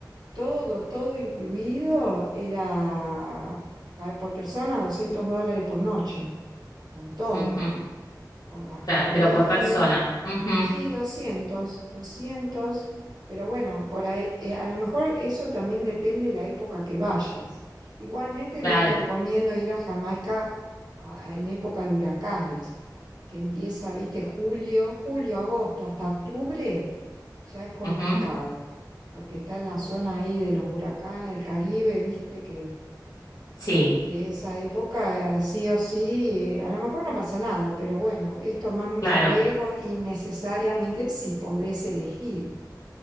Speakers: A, on the right; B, on the left.
A: todo, todo incluido, era pa- por persona 200 dólares por noche, con todo,
B: Ujú,
A: con las
B: Claro,
A: comidas
B: pero por persona. Ujú,
A: Sí, 200, 200, pero bueno, por ahí, eh, a lo mejor eso también depende de la época que vayas. Igualmente
B: Claro.
A: no te recomiendo ir a Jamaica a- a- en época de huracanes, que empieza, viste, julio, julio, agosto, hasta octubre, ya es complicado,
B: ujú,
A: porque está en la zona ahí de los huracanes, del Caribe, viste, que
B: Sí,
A: que esa época eh, sí o sí, eh, a lo mejor no pasa nada, pero bueno, es tomar mucho
B: claro.
A: riesgo innecesariamente si podés elegir,